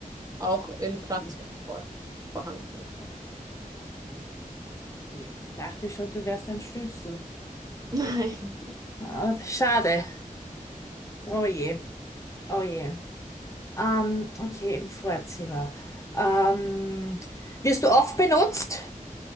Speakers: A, on the right; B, on the left.
A: auch in
B: Ich
A: Plastik
B: gehe.
A: vor- vorhanden.
B: Okay. Okay. Oh je. Ich dachte schon, du wärst ein Schlüssel.
A: <laughs> Nein.
B: Ah, schade. Oh je. Oh je. Ähm, okay, im Vorzimmer. Ähm, wirst du oft benutzt?